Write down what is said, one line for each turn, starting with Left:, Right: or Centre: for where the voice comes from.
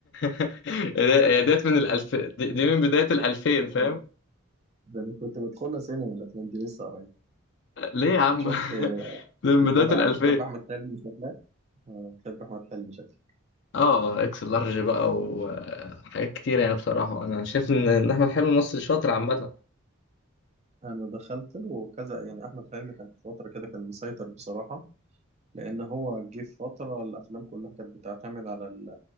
Left: <laughs> هي ديت من الألف دي دي من بداية الألفين فاهم
Right: ده ده انا كنت بدخلها سينما الافلام دي لسه قريب
Left: ليه يا عم
Right: شفت
Left: <laughs> دي من
Right: بتتابع
Left: بداية الألفين
Right: بتحب احمد حلمي شكلك آه، بتحب احمد حلمي شكلك
Left: اه اكس لارج بقى وحاجات كتير يعني بصراحة أنا شايف إن إن أحمد حلمي مصري شاطر عامة
Right: انا دخلت له كذا يعني احمد حلمي كان في فتره كده كان مسيطر بصراحه لان هو جه في فتره الافلام كلها كانت بتعتمد على ال...